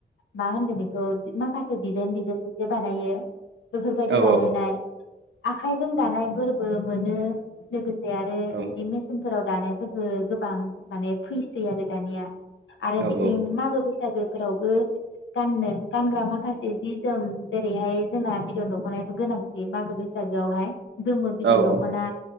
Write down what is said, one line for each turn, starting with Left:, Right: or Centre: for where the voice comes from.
Left: मा होनगोन माखासे डिजाइन डिजाइन जे बानायो। बेफोरबायदि
Right: औ
Left: बानायनाय। आखाइजों दानायफोरबो मोनो लोगोसे आरो
Right: औ
Left: बिदि मेसिनफोराव दानाय। फोरबो गोबां माने फैसै आरो दानिया। आरो
Right: औ
Left: बिदि मागो बैसागोफोरावबो गाननो गानग्रा माखासे जि जोम जेरैहाय जोंना बिदन दख'नायाथ' गोनांथि मागो बैसागोआवहाय गोमो बिदान
Right: औ औ
Left: दखना